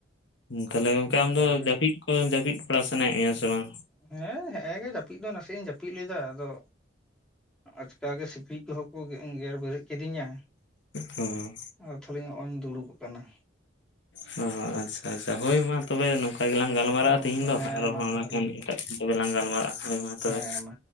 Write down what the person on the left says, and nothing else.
ᱛᱟᱦᱞᱮ ᱜᱚᱝᱠᱮ
ᱟᱢ ᱫᱚ
ᱡᱟᱹᱯᱤᱫ ᱠᱚ ᱡᱟᱹᱯᱤᱫ ᱵᱟᱲᱟ ᱥᱟᱱᱟᱭᱮᱜ ᱢᱮᱭᱟ ᱥᱮ ᱵᱟᱝ?
ᱦᱚᱸ᱾
ᱦᱚᱸ ᱦᱚᱸ ᱟᱪᱪᱷᱟ ᱟᱪᱪᱷᱟ ᱦᱳᱭ ᱢᱟ ᱛᱚᱵᱮ ᱱᱚᱠ ᱠᱟ ᱜᱮᱞᱟᱝ ᱜᱟᱞᱢᱟᱨᱟᱜᱼᱟ
ᱛᱤᱦᱤᱧ ᱫᱚ
ᱟᱨᱦᱚᱸ
ᱱᱟᱜ ᱠᱷᱟᱱ ᱮᱴᱟᱜ <unintelligible> ᱞᱟᱝ ᱜᱟᱞᱢᱟᱨᱟᱜᱼᱟ ᱦᱳᱭ ᱢᱟ ᱛᱚᱵᱮ᱾